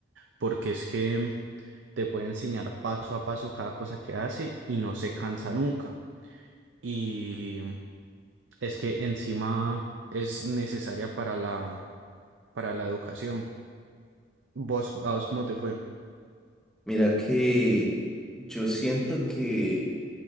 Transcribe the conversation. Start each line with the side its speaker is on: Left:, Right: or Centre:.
Right: porque es que te puede enseñar paso a paso cada cosa que hace y no se cansa nunca. Y es que encima es necesaria para la, para la educación. ¿Vos, a vos cómo te fue?
Centre: Mira que yo siento que,